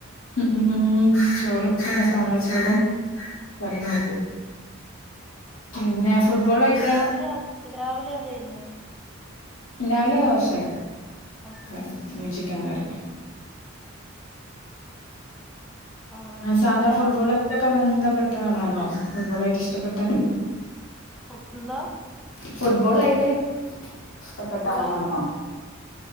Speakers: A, on the left; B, in the centre.
A: ഉം ചോറ് സാതാ ചോറും <inaudible> തന്നെ
B: ആഹ്
A: പിന്നെ
B: ആഹ്
A: ഫുട്ബോൾ ആയിട്ട്
B: രാവിലെ അത് രാവിലെ അതേന്നി
A: രാവിലെ ദോശെ
B: ആഹ്
A: കറി ഇന്നും ചിക്കൻ കറി
B: ആഹ്
A: സാധാ
B: പിന്നെ
A: ഫുട്ബോളിലൊക്കെ ബന്ധപ്പെട്ട ആളാണോ? ഫുട്ബോള് ആയിട്ട് ഇഷ്ടപ്പെട്ടെ
B: ഫുഡം എന്തോ
A: ഫുട്ബോളായിട്ട് ഇഷ്ടപ്പെട്ട
B: ഫുട്ബോളായിട്ട്
A: ആളാണോ?